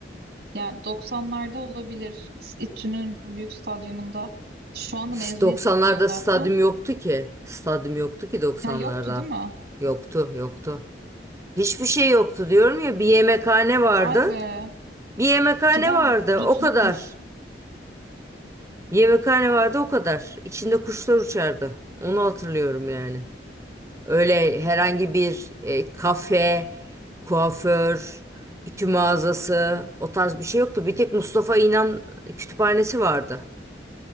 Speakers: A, on the right; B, on the right.
A: ya 90'larda olabilir. İTÜ'nün büyük stadyumunda. Şu anda
B: S-
A: mezuniyet
B: 90'larda
A: yapılıyor zaten.
B: stadyum yoktu ki. Stadyum yoktu ki 90'larda.
A: Ya yoktu değil mi?
B: Yoktu, yoktu. Hiçbir şey yoktu diyorum ya. Bir yemekhane vardı.
A: Vay be.
B: Bir yemekhane
A: Cidden
B: vardı.
A: dut- dutlukmuş.
B: O kadar. Yemekhane vardı o kadar. İçinde kuşlar uçardı. Onu hatırlıyorum yani. Öyle herhangi bir e, kafe, kuaför, ütü mağazası o tarz bir şey yoktu. Bir tek Mustafa İnan kütüphanesi vardı.